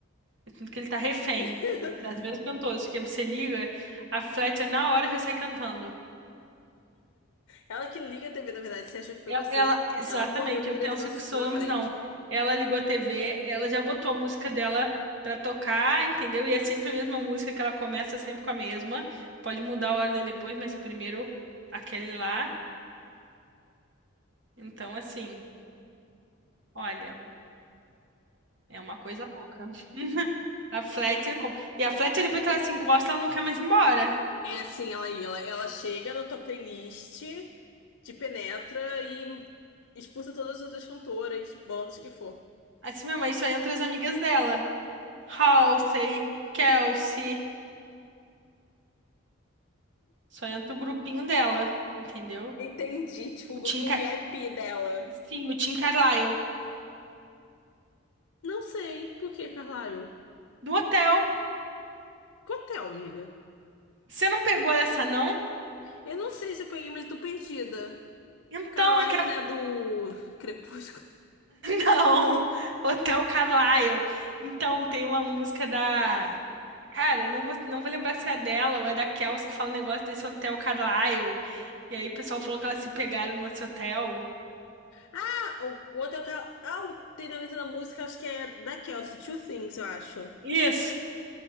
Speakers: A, on the right; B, on the left.
A: Eu sinto que ele tá refém
B: <laughs>
A: das mesmas cantoras. Porque você liga, a Fletcher na hora já sai cantando.
B: Ela que liga a TV, na verdade, Se achou que foi
A: E-
B: você.
A: Ela, exatamente,
B: Ela correu pra
A: eu
B: ligar
A: penso
B: a TV na sua
A: que sou eu,
B: frente.
A: mas não. Ela ligou a TV, ela já botou a música dela pra tocar, entendeu? E é sempre a mesma música que ela começa sempre com a mesma. Pode mudar a ordem depois, mas primeiro aquele lá. Então, assim, olha, é uma coisa louca. <laughs> A Fletcher. com- E a Fletcher, depois que ela se encosta, ela não quer mais ir embora.
B: É assim, ela aí, ela, ela chega na tua playlist, te penetra e expulsa todas as outras cantoras, bandas que for.
A: Assim, minha mãe só entra as amigas dela. Halsey, Kelsey. Só entra o grupinho dela, entendeu?
B: Entendi, tipo,
A: O
B: o grupo
A: Tim,
B: VIP dela.
A: Sim, o Tim Carlyle.
B: Não sei. Por que, Carlyle?
A: Do hotel.
B: Cotel, amiga.
A: Você não pegou essa, não?
B: Eu não sei se eu peguei, mas eu tô perdida.
A: Então,
B: Carlyle,
A: é que a...
B: né,
A: <laughs>
B: do Crepúsculo.
A: Não! Hotel Carlyle. Então, tem uma música da... Cara, eu não vou, não vou lembrar se é dela ou é da Kelsey que fala o negócio desse Hotel Carlyle. E aí o pessoal falou que elas se pegaram no nosso hotel.
B: Ah, o, o outro é o Car... Ah, o- tem na letra da música, acho que é da Kelsey, Two Things, eu acho.
A: Isso!